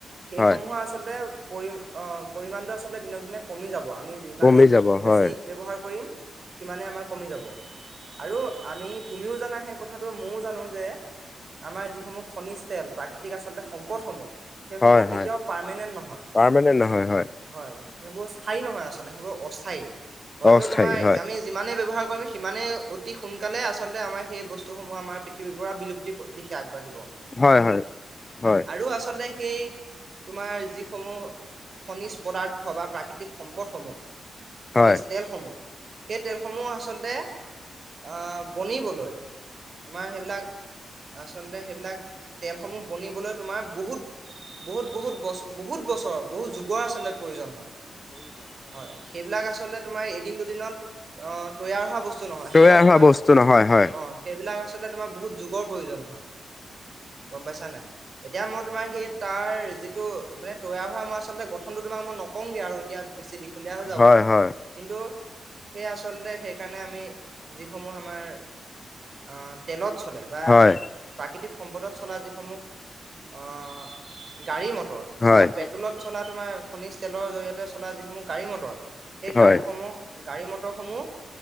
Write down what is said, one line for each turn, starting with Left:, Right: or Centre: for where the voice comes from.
Right: সেইসমূহৰ
Left: হয়
Right: আচলতে পৰিম অ পৰিমাণটো আচলতে দিনক দিনে কমি যাব। আমি যিমানেই
Left: কমি যাব
Right: বেছি
Left: হয়
Right: ব্যৱহাৰ কৰিম, সিমানেই আমাৰ কমি যাব। আৰু আমি তুমিও জানা সেই কথাটো, মইয়ো জানো যে আমাৰ যিসমূহ খনিজ তেল প্ৰাকৃতিক আচলতে সম্পদসমূহ, সেইসমূহ
Left: হয় হয়
Right: কেতিয়াও পাৰ্মানেণ্ট নহয়।
Left: পাৰমানেণ্ট নহয়
Right: হয়, সেইবোৰ স্থায়ী নহয় আচলতে সেইবোৰ অস্থায়ী। হয়তো
Left: অস্থায়ী
Right: তোমাৰ
Left: হয়
Right: আমি যিমানেই ব্যৱহাৰ কৰিম, সিমানেই অতি সোনকালে আচলতে আমাৰ সেই বস্তুসমূহ আমাৰ পৃথিৱীৰ পৰা বিলু প্তি দিশে আগবাঢ়িব।
Left: হয় হয় হয়।
Right: আৰু আচলতে সেই তোমাৰ যিসমূহ খনিজ পদাৰ্থ বা প্ৰাকৃতিক সম্পদসমূহ খনিজ
Left: হয়
Right: তেলসমূহ। সেই তেলসমূহ আচলতে অঁ বনিবলৈ তোমাৰ সেইবিলাক আচলতে সেইবিলাক, তেলসমূহ বনিবলৈ তোমাৰ বহুত বহুত বহুত বছ বহুত বছৰ বহুত যুগৰ আচলতে প্ৰয়োজন হয়, হয় সেইবিলাক আ চলতে তোমাৰ এদিন দুদিনত অঁ তৈয়াৰ হোৱা বস্তু নহয়,
Left: তৈয়াৰ
Right: সেইবিলাক
Left: হোৱা
Right: তোমাৰ
Left: বস্তু নহয় হয়
Right: অঁ সেইবিলাক আচলতে তোমাৰ বহুত যুগৰ প্ৰয়োজন হয়। গম পাইছা নাই? এতিয়া মই তোমাৰ সেই তাৰ যিটো মানে তৈয়াৰ হোৱা মাছ আচলতে গঠনটো তোমাক মই নকওঁগৈ আৰু এতিয়া বেছি দীঘলীয়া হৈ যাব।
Left: হয় হয়
Right: কিন্তু সেয়ে আচলতে সেইকাৰণে আমি যিসমূহ আমাৰ অঁ তেলত চলে বা
Left: হয়
Right: প্ৰাকৃতিক সম্পদত চলা যিসমূহ অঁ গাড়ী মটৰ
Left: হয়
Right: বা পেট্ৰলত চলা তোমাৰ খনিজ তেলৰ জৰিয়তে চলা যিসমূহ গাড়ী মটৰ, সেই
Left: হয়
Right: গাড়ীসমূহ গাড়ী মটৰসমূহ,